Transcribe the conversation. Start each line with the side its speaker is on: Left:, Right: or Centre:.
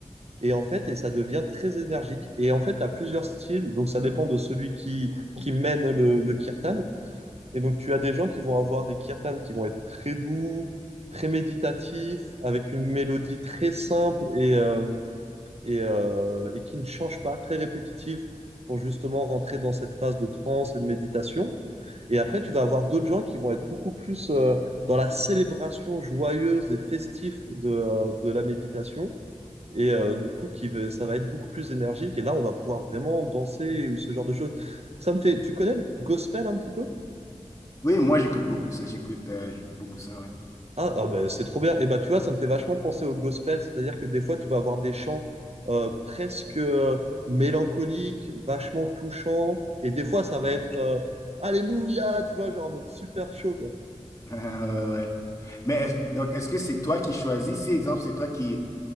Right: Et en fait, et ça devient très énergique. Et en fait, tu as plusieurs styles, donc ça dépend de celui qui, qui mène le, le kirtan. Et donc, tu as des gens qui vont avoir des kirtans qui vont être très doux, très méditatifs, avec une mélodie très simple et, euh, et, euh, et qui ne change pas, très répétitive, pour justement rentrer dans cette phase de transe et de méditation. Et après, tu vas avoir d'autres gens qui vont être beaucoup plus euh, dans la célébration joyeuse et festive de, euh, de la méditation. Et euh, du coup, qui va- ça va être beaucoup plus énergique. Et là, on va pouvoir vraiment danser ou ce genre de choses. Ça me fait. Tu connais le gospel un petit peu?
Left: Oui, moi j'écoute beaucoup ça, j'écoute euh, beaucoup ça, ouais.
Right: Ah, ah bah, c'est trop bien. Et bah, tu vois, ça me fait vachement penser au gospel. C'est-à-dire que des fois, tu vas avoir des chants euh, presque euh, mélancoliques, vachement touchants. Et des fois, ça va être euh, Alléluia, tu vois, genre en mode super chaud, quoi.
Left: <laughs> Ouais, ouais. Mais est-ce- donc, est-ce que c'est toi qui choisis? Si, exemple, c'est toi qui,